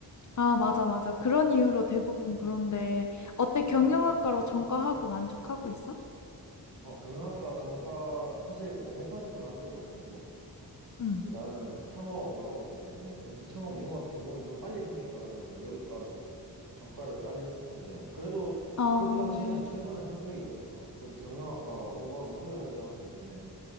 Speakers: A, on the left (about 45°); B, on the right (about 60°).
A: 아, 맞아, 맞아. 그런 이유로 대부분
B: 음,
A: 그런데, 어때, 경영학과로
B: 음.
A: 전과하고 만족하고 있어?
B: 어, 경영학과 전과, 사실 뭐 100% 만족은 아니고,
A: 응.
B: 이제 나는 창업을 하고 있기 때문에, 벤츠 창업 융합 전공이 좀 빨리 생겼더라면 여기과로 전과를 빨리 했을 텐데, 그래도
A: 어,
B: 그때 당시에는 최선의 선택이었어서, 그래도 경영학과 온건 후회하지 않고 있긴 해.